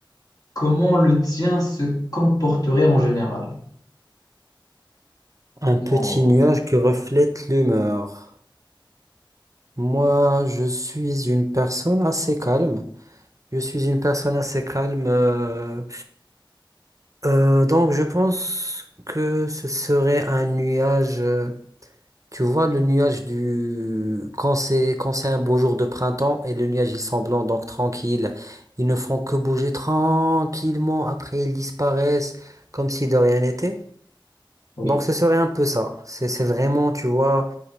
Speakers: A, on the left (about 45°); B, on the right (about 40°).
A: comment le tien se comporterait en général?
B: Un petit
A: Non,
B: nuage qui reflète l'humeur. Moi, je suis une personne assez calme. Je suis une personne assez calme. euh, euh, donc, je pense que ce serait un nuage. euh, tu vois, le nuage du... Quand c'est, quand c'est un beau jour de printemps et le nuage, il semble blanc, donc tranquille. Ils ne font que bouger tranquillement. Après, ils disparaissent comme si de rien n'était.
A: oui.
B: Donc ce serait un peu ça. C'est c'est vraiment, tu vois,